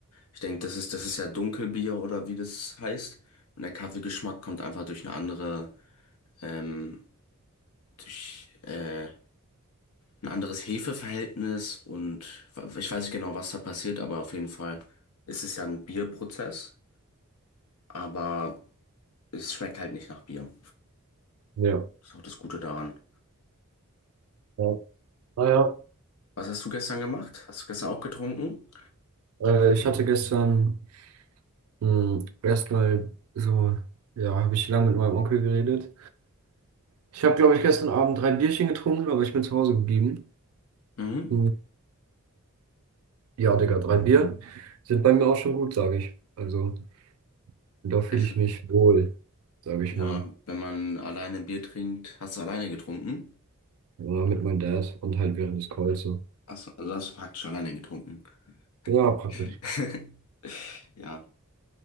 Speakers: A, on the left; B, on the right.
A: Ich denke, das ist, das ist ja Dunkelbier oder wie das heißt. Und der Kaffeegeschmack kommt einfach durch eine andere, ähm, durch äh, ein anderes Hefeverhältnis und ich weiß nicht genau, was da passiert, aber auf jeden Fall ist es ja ein Bierprozess, aber es schmeckt halt nicht nach Bier.
B: Ja.
A: Das ist auch das Gute daran.
B: Ja. Naja.
A: Was hast du gestern gemacht? Hast du gestern auch getrunken?
B: Äh, ich hatte gestern mh, erstmal so, ja, habe ich lange mit meinem Onkel geredet. Ich habe, glaube ich, gestern Abend drei Bierchen getrunken, aber ich bin zu Hause geblieben.
A: Mhm.
B: Hm, Ja, Digga, drei Bier sind bei mir auch schon gut, sage ich. Also, da fühle
A: Sehr schön.
B: ich mich wohl, sage ich
A: Ja,
B: mal.
A: wenn man alleine Bier trinkt, hast du alleine getrunken?
B: Ja, mit meinem Dad und halt während des Calls so.
A: Achso, also hast du praktisch alleine getrunken.
B: Ja,
A: <laughs>
B: praktisch.
A: Ja.